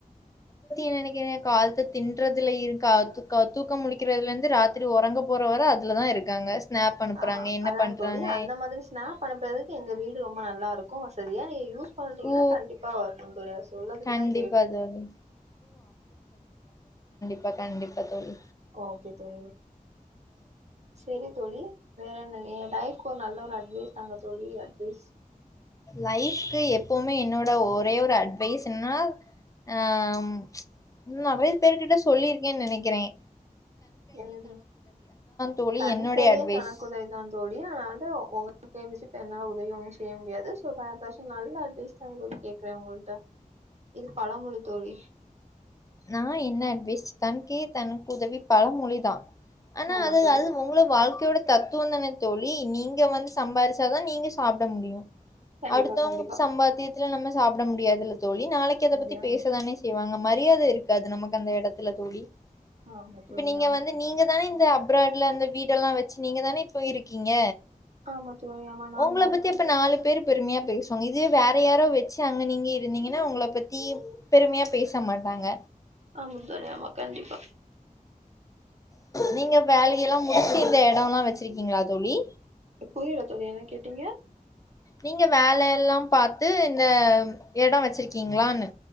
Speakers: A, on the left; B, on the right.
A: நெனைக்க காலத்த தின்றதுல இருந்து தூக்கம் முழிக்கிறதுல இருந்து ராத்தி உறங்க போற வார அதுலதான் இருக்காங்க ஸ்நாப் அனுப்புறாங்க
B: ஆ
A: என்ன
B: அதா
A: பண்றாங்க
B: தோழி அந்த மாதிரி ஸ்நாப் அனுப்புறதுக்கு எங்க வீடு ரொம்ப நல்லா இ இருக்கும் வசதியா இது யூஸ் பண்ணிட்டீங்கன்னா
A: ஓ
B: கண்டிப்பா வும் சொல்லறதுக்குதான்
A: கண்டிப்பா
B: கேட்டே
A: தோழி ப்பா கண்டிப்பா தோழி
B: ஓக்கே தோழி செரி தோழிவேற என்ன என் லைஃப்க்கு ஒரு நல்ல ஒரு அட்வைஸ் தாங்க தோழி அட்வைஸ்
A: லைஃப் எப்பவுமே என்னோட ஒரே ஒரு அட்வைஸ் என்னனா ஆஹ் உம் நெறைய பேருகிட்ட சொல்லியிருக்கேன்னு நெனைக்கிறேன்
B: என்னது
A: தோழி
B: தன்
A: என்னுடைய
B: கையே
A: அட்வைஸ்
B: தனக்குதவி தான் தோழி ஆனா வந்து உங்க கைவச்சுட்டு என்னால உதவி ஒன்னும் செய்ய முடியாது சோ வேற எதாச்சும் நல்ல அட்வைஸ் தான் கேக்குறேன் உங்ககிட்ட இது பழமொழி தோழி
A: நான் என்ன அட்வைஸ் தன் கையே தனக்கு உதவி பழமொழிதான் ஆனா
B: ஆமா
A: அது
B: தோழி
A: அது உங்கள வாழ்க்க ஓட தத்துவம் தான் தோ தோழி நீங்க வந்து சம்பாரிச்சாதான் நீங்க சாப்ட முடியும்
B: கண்டிப்பா
A: அடுத்தவுங்க
B: கண்டிப்பா
A: சம்பாத்தியத்தில நம்ம சாப்ட முடியாதுல்ல தோழி நாளைக்கு அத
B: முடியாது
A: பத்தி பேசதான
B: முடியாது
A: செய்வாங்க மரியாதை அது நமக்கு அந்த எடத்துல தூழி
B: ஆமா
A: இப்ப
B: தோழி
A: நீங்க
B: ஆமா
A: வந்து நீங்க தான இந்த அப்ராட்ல அந்த வீடெல்லாம் வச்சு நீங்க தான இப்ப இருக்கீங்க
B: ஆமா தோழி ஆமா நான்
A: உங்களபத்தி
B: தான் இருக்கேன்
A: அப்ப
B: தோழி
A: நாலு பேர் பெருமையா பேசுவாங்க இது வேற யாரோ வெச் ச்சா அங்க நீங்க இருந்தீங்க ன்னா உங்கள பத்தி பெருமையா பேச மாட்டாங்க
B: ஆமா தோழி ஆமா கண்டிப்பா
A: நீங்க வேலையெல்லாம் முடிச்சு இந்த எடம்லாம் வச்சு இருக்கீங்களா தோழி
B: புரியல தோழி என்ன கேட்டீங்க
A: நீங்க வேலை எல்லாம் பாத் து இந்த எடம் வச்சிருக்கீங்களானு